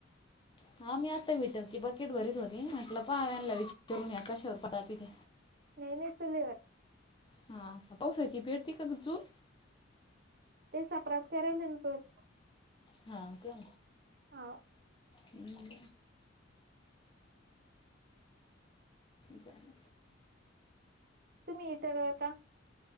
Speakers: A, on the left (about 25°); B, on the right (about 55°).
A: हा मी आत्ता मीटरची बकेट भरीत होती म्हटलं पाहाला विचार करून या कशावर प तापीथे
B: नाही नाही चुलीवर
A: हा पावसाची पेटती का चूल?
B: ते सापरात करान चूल
A: हा ओ तेे
B: हा
A: हम्, झालं.
B: तुम्ही इतर आता.